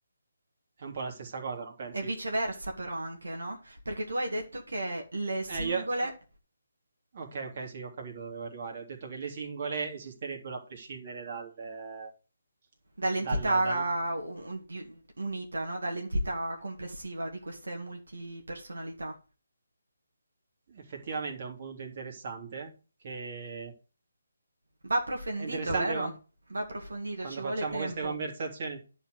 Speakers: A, on the right; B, on the right.
A: è un po' la stessa cosa, non pensi?
B: E viceversa però anche, no? Perché tu hai detto che le singole
A: Eh, io... oh, Ok, ok, sì, ho capito dove volevo arrivare. Ho detto che le singole esisterebbero a prescindere dal... eh,
B: dall'entità
A: dal, dal...
B: un- di- unita, no? Dall'entità complessiva di queste multipersonalità.
A: Effettivamente è un punto interessante, che
B: Va approfondito,
A: è interessante
B: vero?
A: quan-
B: Va approfondito,
A: quando
B: ci vuole
A: facciamo
B: tempo.
A: queste conversazioni.